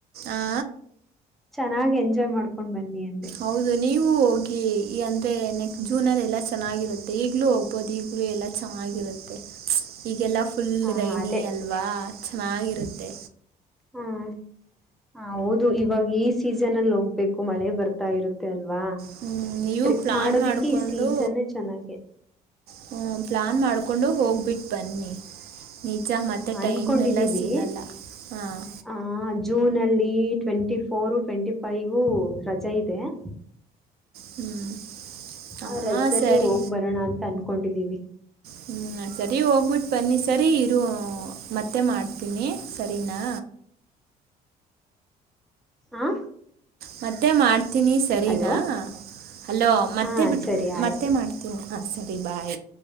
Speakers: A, on the right; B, in the centre.
A: ಆ
B: ಚೆನ್ನಾಗಿ ಎಂಜಾಯ್ ಮಾಡ್ಕೊಂಡ್ ಬನ್ನಿ ಅಂದೆ.
A: ಹೌದು ನೀವು ಹೋಗಿ ಈ ಅಂದ್ರೆ ನೆಕ್ಸ್ಟ್ ಜೂನಲ್ಲಿ ಎಲ್ಲ ಚೆನ್ನಾಗಿರುತ್ತೆ ಈಗ್ಲೂ ಹೋಗ್ <unintelligible> ದು ಈಗಲು ಎಲ್ಲ ಚೆನ್ನಾಗಿರುತ್ತೆ ಈಗೆಲ್ಲ ಫ್ ಫುಲ್
B: ಹಾ
A: ರೈನಿ
B: ಅದೇ
A: ಅಲ್ವಾ ಚೆನ್ನಾಗಿರುತ್ತೆ.
B: ಹ್ಮ ಹ ಹೌದು ಇವಾಗ ಈ ಸೀಸನ್ ಅಲ್ಲಿ ಹೋಗ್ಬೇಕು ಮಳೆ ಬರ್ತಾ ಇರುತ್ತೆ ಅಲ್ವಾ.
A: ಹ್ಮ್, ನೀವು
B: ಟ್ರಿಪ್
A: ಪ್ಲ್ಯಾನ್
B: ಮಾಡೋದಿಕ್ಕೆ
A: ಮಾಡಿಕೊಂಡು
B: ಈ ಸೀಸನ್ನೇ ಚೆನ್ನಾಗಿ.
A: ಹ್ಞ ಪ್ಲ್ಲಾನ್ ಮಾಡ್ಕೊಂಡು ಹೋಗ್ಬಿಟ್ಟು ಬನ್ನಿ. ನಿಜ
B: ಹ
A: ಮತ್ತೆ
B: ಅನ್ಕೊಂಡಿದೀವಿ
A: ಟೈಮ್ೆಲ್ಲ ಸಿಗಲ್ಲ ಹಾಂ
B: ಆ ಜೂನ್ ಅಲ್ಲಿ ಟ್ವೆಂಟಿ ಫೋರ್ ಟ್ವೆಂಟಿ ಫೈವ ರಜೆ ಇದೆ <inaudible>
A: ಹ್ಮ್ ಹಾ
B: ಆ ರಜದಲ್ಲಿ
A: ಸರಿ
B: ಹೋಗ್ ಬರೋಣ ಅಂತ ಅನ್ಕೊಂಡಿದ್ದೀವಿ
A: ಹ್ಮ್ ಸರಿ ಹೋಗ್ಬಿಟ್ಟ ಬನ್ನಿ ಸರಿ ಇರು ಮತ್ತೆ ಮಾಡ್ತೀನಿ ಸರಿನಾ
B: ಹಾ
A: ಮತ್ತೆ ಮಾಡ್ತೀನಿ ಸರಿನಾ
B: ಅಲೋ
A: ಅಲೋ ಮತ್ತೆ
B: ಹಾ
A: ಬಿಟ್
B: ಸರಿ ಆಯ್ತು
A: ಮತ್ತೆ ಮಾಡ್ತೀನಿ ಹ ಸರಿ ಬಾಯ